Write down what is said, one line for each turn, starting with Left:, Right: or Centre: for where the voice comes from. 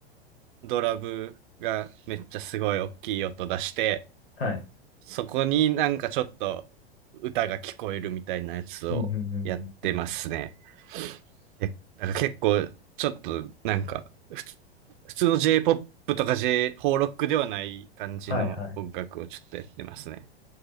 Right: ー、ドラムがめっちゃすごい大きい音出して、
Left: はい。
Right: そこになんかちょっと歌が聞こえるみたいなやつをやってますね。
Left: うんうんうんうんうん。
Right: けだから結構、ちょっと、なんか、ふつ普通の J-POP とか J、邦ロックではない感じの音楽をちょっとやってますね。
Left: はいはい。